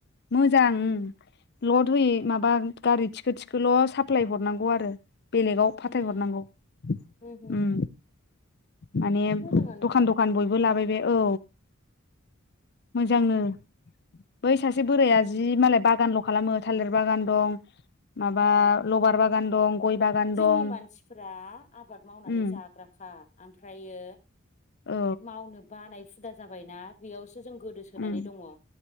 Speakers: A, on the left; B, on the left.
A: मोजां उम लद होयै माबा गारि थिखो थिखोल' साप्लाय हरनांगौ आरो बेलेगाव फाथायहरनांगौ
B: उम
A: उम
B: हो हो
A: माने
B: मोजाङानोथ'
A: दखान दखान बयबो लाबाय बे औ
B: <inaudible>
A: मोजांनो बै सासे बोराइआ जि मालाय बागानल' खालामो थालिर बागान दं माबा
B: उम
A: लबार बाग बागान दं गय बागान
B: जोंनि
A: दं
B: मानसिफोरा आबाद मावनानै
A: उम
B: जाग्राखा ओमफ्रायो
A: औ
B: मावनो बानाय हुदा जाबायना बेयावसो जों गोदोसोनानै
A: उम
B: दङ